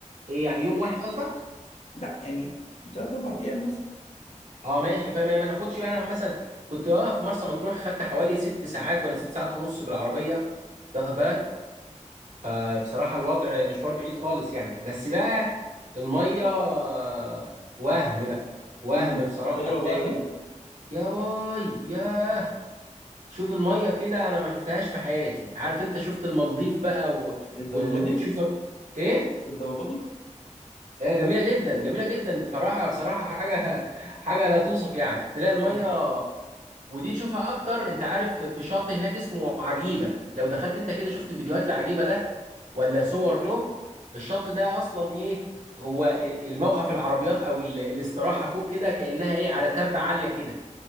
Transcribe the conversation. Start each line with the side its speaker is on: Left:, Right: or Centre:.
Right: ايه يعني يوم واحد قصدك
Left: لا يعني تلات اربع ايام مثلا
Right: اه ماشي فاهم يعني ما ناخدش يعني أنا مثلا كنت واقف في مرسى مطروح خدت حوالي ست ساعات ولا ست ساعات ونص بالعربيه تاخد بالك فبصراحه الوضع مشوار بعيد خالص يعني بس بقى الميه آه، وهم بقى وهم
Left: امم
Right: بصراحه
Left: حلوه
Right: تلاقي
Left: بقى هناك
Right: يا باي ياه شوف الميه كده انا ما شفتهاش في حياتي عارف انت شفت المالديف بقى و...
Left: للدرجه
Right: وال... وتشوف
Left: دي
Right: ايه
Left: للدرجه دي
Right: هي جميله جدا جميله جدا بصراحه بصراحه حاجه حاجه لا توصف يعني تلاقي الميه
Left: امم
Right: ودي تشوفها اكتر انت عارف في شط هناك اسمه عجيبه لو دخلت انت كده شفت فيديوهات لعجيبه ده ولا صور له الشط ده اصلا ايه هو ال- الموقف العربيات او ال- الاستراحه فوق كده كانها ايه على تبه عاليه كده